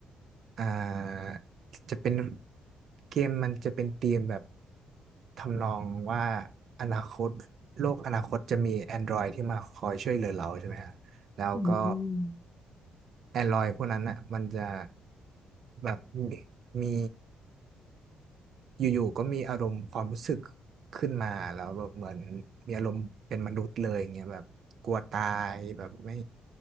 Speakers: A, on the right; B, on the left.
A: อ่าจะเป็นเกมมันจะเป็นธีมแบบทำนองว่าอนาคตโลกอนาคตจะมี Android ที่มาคอยช่วยเหลือเราใช่ไหมฮะแล้วก็
B: อืม
A: Android พวกนั้นอ่ะมันจะแบบมี อยู่ๆก็มีอารมณ์ความรู้สึกขึ้นมาแล้วแบบเหมือนมีอารมณ์เป็นมนุษย์เลยอย่างเงี้ยแบบกลัวตายแบบไม่